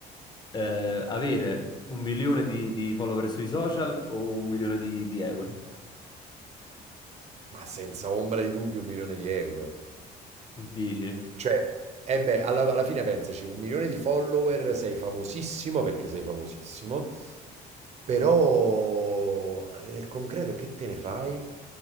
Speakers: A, on the left; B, on the right.
A: Eh, avere un milione di, di follower sui social o un milione di, di euro?
B: Ma senza ombra di dubbio, 1.000.000 di euro.
A: Dici?
B: Cioè, e beh, alla, alla fine pensaci, un milione di follower, sei famosissimo perché sei famosissimo, però eh, nel concreto che te ne fai?